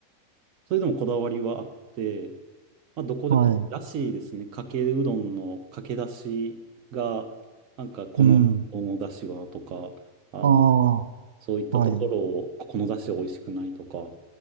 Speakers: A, on the right; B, on the right.
A: それでもこだわりはあって、まあ、どこでこ、
B: はい、
A: らしいですね。かけうどんのかけだしが、なんかこの、
B: うん、
A: このだしはとか、あの、
B: ああ、
A: そういったところを、
B: はい、
A: ここのだしは美味しくないとか、